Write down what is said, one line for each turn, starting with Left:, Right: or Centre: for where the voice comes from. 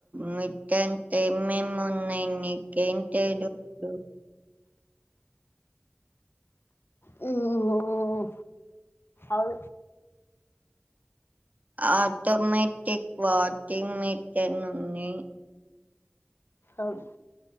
Right: మట్టన్ ఏం ఎం ఉన్నాయి. నికు కేంటెడు ఇప్పుడు
Left: హ్ అవు
Right: ఆటోమటిక్ వాషింగ్ మెషీన్ ఉన్నయి
Left: అవును